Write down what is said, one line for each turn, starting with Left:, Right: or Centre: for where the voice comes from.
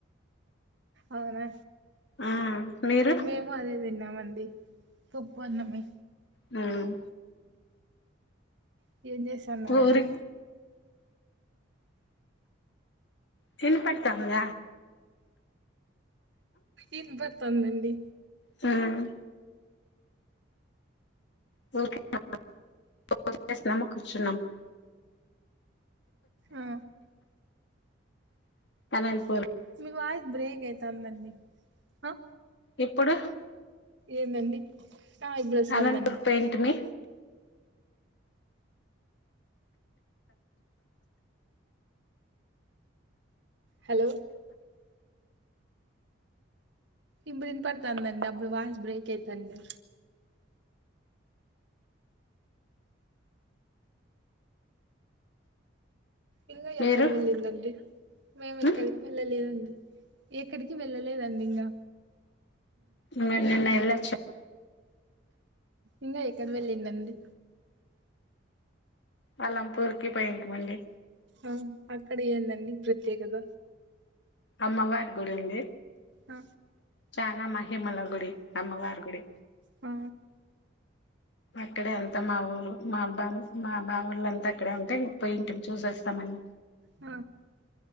Right: అవునా
Left: ఆ మీరు
Right: మేము అదే తిన్నాం మండి పప్పు అన్నమే
Left: హ్మ్
Right: హ్మ్ ఏం చేస్తాన్నరండి
Left: ఊరి వినపడుతాంద
Right: ఇన్ బడతాంది డి
Left: హ్మ్ <unintelligible> కుచ్చునాం <inaudible>
Right: ఆ
Left: <unintelligible>
Right: మీ వాయి బ్రేక్ అయితాండి ఆ
Left: ఇప్పుడు
Right: ఏందండి ఆ ఇప్పుడు వస్తాందండి
Left: అనంతపుర్ పొయింటి మీ
Right: హలో ఇప్పుడున్ పడుతానండి అప్పుడు వాయిస్ బ్రేక్ అయితండి ఇంకా
Left: మీరు
Right: ఎక్కడ వెళ్ళింరండ్రి మేము ఎక్కడికి
Left: ఉమ్
Right: వెళ్ళలేదండి అలి ఎక్కడికి వెళ్ళలేదండి ఇంకా
Left: మేం నిన్నెల్లొచ్చాం
Right: ఇంకా ఎక్కడ వెళ్ళింరండ్రి
Left: అలంపూర్కి పోయింటిమండి
Right: ఆ అక్కడ ఏందండి ప్రత్యేకత
Left: అమ్మవా గుడి ఉంది
Right: ఆ
Left: చాలా మహి హిమల గుడి అమ్మవార్ గుడి
Right: ఆ
Left: అక్కడే అంతా మా ఊ మా అబ్బా మా బా వాళ్ళంతా అక్కడే ఉంటే పోయి ఇంటి చూసేస్తామని
Right: ఆ